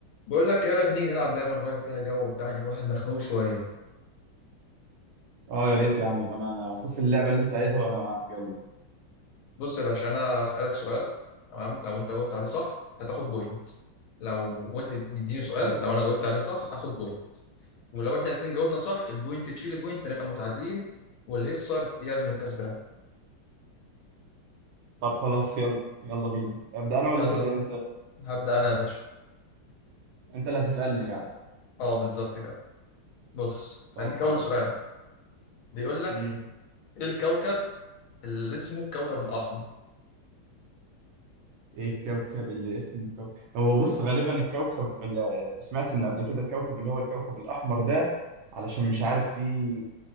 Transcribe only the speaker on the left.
بقول لك ايه رايك نيجي نلعب لعبه نغير فيها جو بتاع ان الواحد مخنوق شويه
بص يا باشا انا هسالك سؤال تمام لو انت جاوبت عليه صح هتاخد بوينت لو وانت تديني سؤال
لو انا جاوبت عليه صح هاخد بوينت ولو احنا الاثنين جاوبنا صح البوينت تشيل البوينت فنبقى متعادلين واللي يخسر يعزم الكسبان
يلا
هبدا انا يا باشا
اه بالظبط كده بص
هديك اول
سؤال
بيقول لك
ايه الكوكب اللي اسمه الكوكب الاحمر